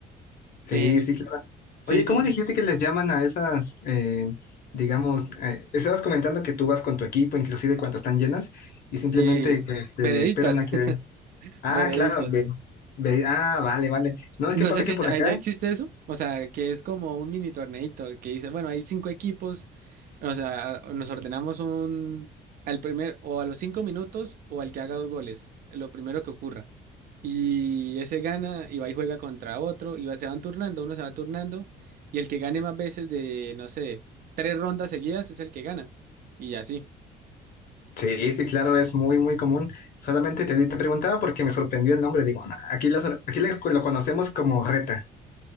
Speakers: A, on the left; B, on the right.
A: Sí,
B: Eh,
A: sí, claro.
B: sí,
A: Oye,
B: sí,
A: ¿cómo
B: sí,
A: dijiste que les llaman a esas, eh, digamos, eh, estabas comentando que tú vas con tu equipo, inclusive cuando están llenas, y simplemente
B: sí,
A: este,
B: vereditas,
A: esperan a que...
B: <laughs>
A: Ah,
B: vereditas.
A: claro, ve- ve- ah, vale, vale. No, es
B: No
A: que pasa
B: sé si
A: que por
B: allá
A: acá
B: allá existe eso, o sea, que es como un mini torneito que dice, bueno, hay cinco equipos O sea, nos ordenamos un al primer o a los cinco minutos o al que haga dos goles, lo primero que ocurra. Y ese gana y va y juega contra otro y va- se van turnando, uno se va turnando y el que gane más veces de, no sé, tres rondas seguidas es el que gana. Y así.
A: Sí, sí, claro, es muy, muy común. Solamente te, te preguntaba porque me sorprendió el nombre. Digo, "Ah, aquí, la sor- aquí la- lo conocemos como reta.